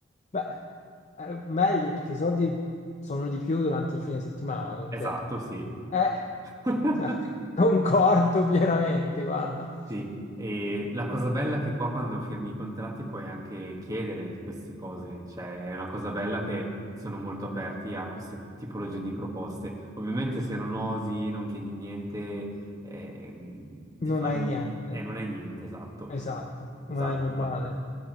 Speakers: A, on the left; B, on the right.
A: Beh, eh, meglio perché i soldi sono di più durante il fine settimana, dunque.
B: esatto, sì.
A: Eh,
B: <laughs>
A: cioè, <laughs> concordo pienamente, guarda,
B: Sì, e la cosa bella è che qua quando firmi i contratti puoi anche chiedere queste cose, cioè è una cosa bella che sono molto aperti a queste tipologie di proposte. Ovviamente se non osi, non chiedi niente, ehm, ti
A: non
B: fanno...
A: hai niente.
B: eh, non è niente, esatto.
A: Esatto, ma
B: Esatto,
A: è normale.
B: esatto.